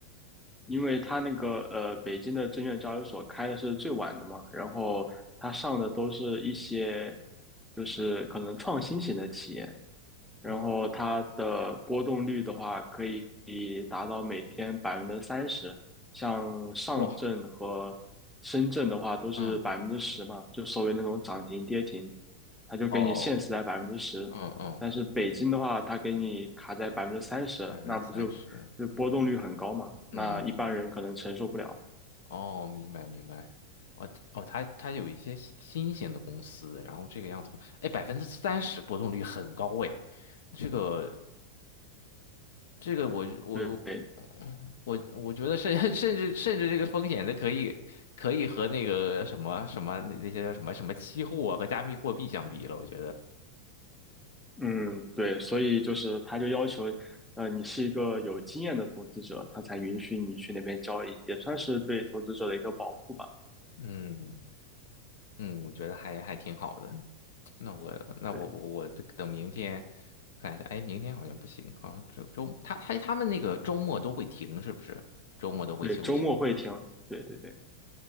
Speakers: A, in the centre; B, on the left.
A: 因为他那个呃，北京的证券交易所开的是最晚的嘛，然后他上的都是一些就是可能创新型的企业，然后它的波动率的话，
B: 嗯
A: 可以达到每天百分之三十。像上证和深圳的话，
B: 哇，
A: 都是百分之十嘛，
B: 嗯，
A: 就所谓那种涨停跌停，它就给你限时在百分之十。
B: 哦，嗯嗯，
A: 但是北京的话，它给你卡在百分之三十，
B: 百分之三十，
A: 那不就就波动率很高嘛？那一般人可能承受不了。
B: 嗯，哦，明白明白，哦哦，它它有一些新新型的公司，然后这个样子，哎，百分之三十波动率很高哎，这个。这个我我
A: 对，
B: 我我觉得甚 <laughs> 甚至甚至这个风险的可以可以和那个什么什么那那些叫什么什么期货啊和加密货币相比了，我觉得，
A: 嗯，对，所以就是他就要求，呃，你是一个有经验的投资者，他才允许你去那边交易，也算是对投资者的一个保护吧。
B: 嗯嗯，我觉得还还挺好的。那我那我我我等明天
A: 对
B: 看一下，哎，明天好像不行，好像周周他他他们那个周末都会停，是不是？周末都会休息。
A: 对，周末会停。对对对，